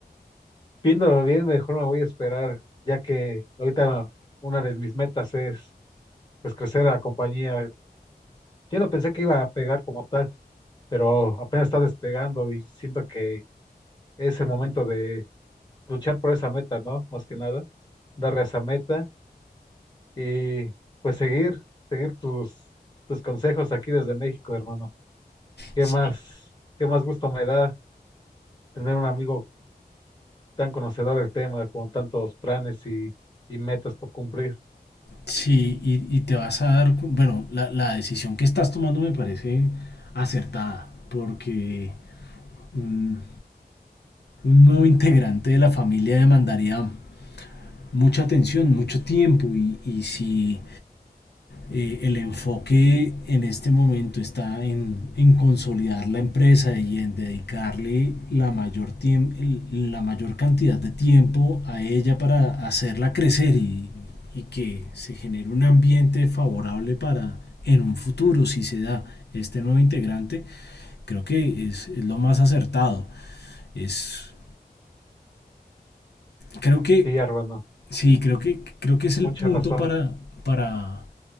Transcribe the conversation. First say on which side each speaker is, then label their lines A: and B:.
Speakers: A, on the left (about 25°); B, on the left (about 85°).
A: Viéndolo bien, mejor me voy a esperar, ya que ahorita una de mis metas es pues crecer la compañía. Yo no pensé que iba a pegar como tal, pero apenas está despegando y siento que es el momento de luchar por esa meta, ¿no? Más que nada, darle a esa meta y pues seguir, seguir tus, tus consejos aquí desde México, hermano. ¿Qué
B: Sí.
A: más, qué más gusto me da tener un amigo tan conocedor del tema, con tantos planes y, y metas por cumplir?
B: Sí, y, y te vas a dar, cu- bueno, la, la decisión que estás tomando me parece acertada, porque un, un nuevo integrante de la familia demandaría mucha atención, mucho tiempo, y, y si eh, el enfoque en este momento está en, en, consolidar la empresa y en dedicarle la mayor, la mayor cantidad de tiempo a ella para hacerla crecer y, y que se genere un ambiente favorable para en un futuro, si se da este nuevo integrante, creo que es, es lo más acertado. Es, creo que,
A: Sí, hermano.
B: sí, creo que, creo que es
A: Mucha
B: el punto
A: razón.
B: para, para